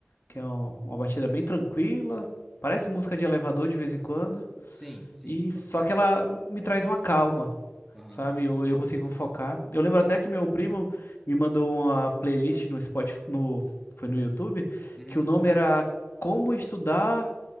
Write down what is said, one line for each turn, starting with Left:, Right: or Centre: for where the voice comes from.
Left: que é um- uma batida bem tranquila, parece música de elevador de vez em quando,
Centre: Sim, sim.
Left: e só que ela me traz uma calma.
Centre: Aham.
Left: Sabe, eu, eu consigo focar. Eu lembro até que meu primo me mandou uma playlist no Spotify, no, foi no YouTube,
Centre: Uhum.
Left: que o nome era Como Estudar